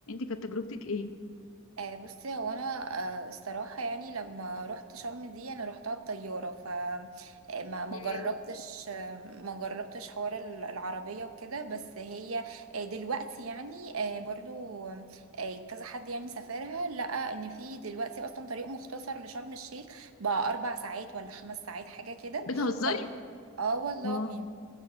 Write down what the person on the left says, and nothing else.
كانت تجربتك ايه
مم.
بتهزري
الله.